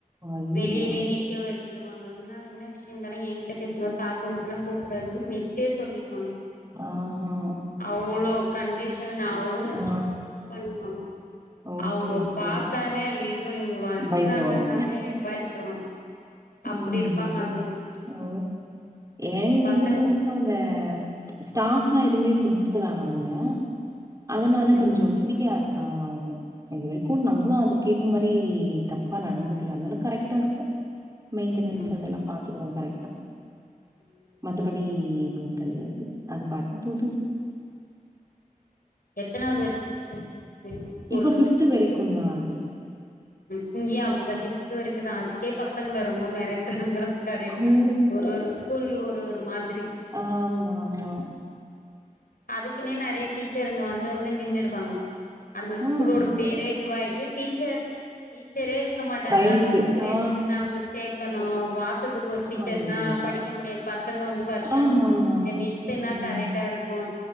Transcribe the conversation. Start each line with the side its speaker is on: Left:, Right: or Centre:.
Right: அய்யய்யோ!
Left: வெளியவே நிக்க வ ச்சுருவாங்க என்ன என்ன விஷ்ய இருந்தாலு ஏங்கிட்ட பேசுங்க சார் ரூம்கல்லா போக்கூடாதுன்னு மிஸ்ஸே சொல்லிடுவாங்க
Right: ஆ ஹா
Left: அவ்ளோ கண்டிஷன் அவ்ளோ
Right: ஆ
Left: இதுவா பண்ணுவாங்க
Right: ஓகே,
Left: அவுங்க
Right: ஓகே.
Left: பாத்தாலே ஐய்யய்யோ இவுங்க வர்ராங்கனாலே
Right: பயப்படுவாங்க.
Left: பயப்படுவாங்க அப்படி
Right: ம்
Left: இருப்பாங்க அந்த
Right: ஓ எங்க
Left: பசங்க
Right: இதுல வந்து அவங்க ஸ்டாஃபா இருந்தே பிரின்சிபல் ஆனவங்க அதுனால
Left: ம்
Right: கொஞ்ச ஃப்ரீயா இருப்பாங்க அவுங்க இது வரைக்கு நம்மளும் அதுக்கு ஏத்த மாரி தப்பா நடந்துக்கல அதுனால கரெக்டா இருக்கும் மெயின்டெனன்ஸ்
Left: ம்
Right: அதெல்லா பாத்துக்குறோ கரெக்டா
Left: ம்
Right: மத்தபடி எதுவு கெடையாது அது பாட்னு போது
Left: எத்தனாவது வரைக்கு இருக்கு ம் ஸ்கூல்
Right: இப்ப பிஃப்து வரைக்கும் தா அது
Left: ம்க்கு இங்கயு அப்டிதா ஃபிஃப்த் வரைக்குதா அதுக்கே பசங்கள ரொம்ப மிரட்டாங்க கரெக்டட்
Right: ஓ!
Left: தா ஒரு ஒரு ஸ்கூல் ஒரு ஒரு மாதிரி
Right: ஆமா மா
Left: அதுக்குன்னே நெறய டீச்சருங்க வந்து வந்து நின்றுடுவாங்க அந்த ஸ்கூலோட
Right: ஆ.
Left: பேரே இதுவாயிட்டு டீச்சர் டீச்சரே இருக்க மாட்டாங்க
Right: பயந்துட்டு.
Left: அந்த ஸ்கூல்ல
Right: ஆ,
Left: எதுக்கு நமக்கு சேக்கணு வா த்துக்கு ஒரு டீச்சர்னா
Right: ஆ. ஐயையோ!
Left: படிக்க முடியாது பசங்க வந்து வருஷ
Right: ஆமாமா.
Left: இந்த மிஸ்னா
Right: ம்.
Left: கரெக்டா இருக்கு